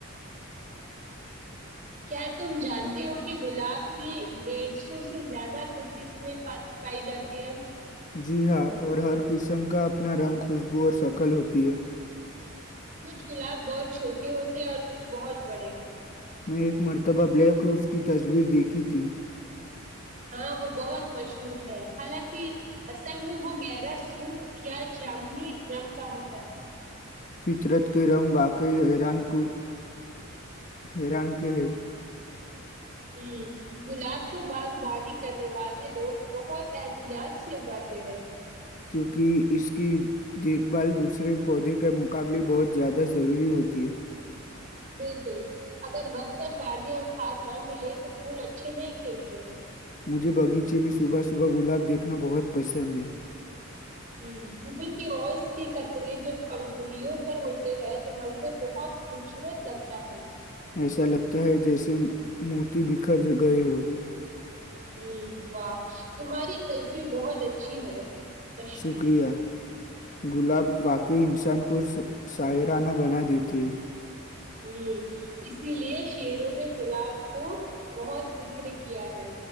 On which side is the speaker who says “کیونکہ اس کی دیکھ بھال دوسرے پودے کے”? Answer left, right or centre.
Left